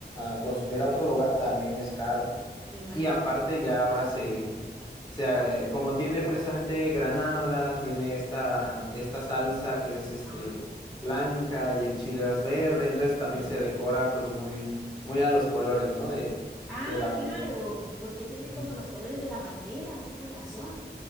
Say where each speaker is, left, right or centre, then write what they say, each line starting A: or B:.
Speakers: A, on the left; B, in the centre.
A: a consumir a otro lugar, también es caro.
B: Me imagino.
A: Y aparte ya ahora se, se, eh, como tiene precisamente granada, tiene esta, esta salsa que es este
B: Ajá.
A: blanca y el chile es verde, entonces también
B: Sí.
A: se decora pues muy, muy a los colores, ¿no? De,
B: Ah,
A: de la bandera.
B: claro, porque tiene
A: Ujú.
B: como los colores de la bandera, tiene razón.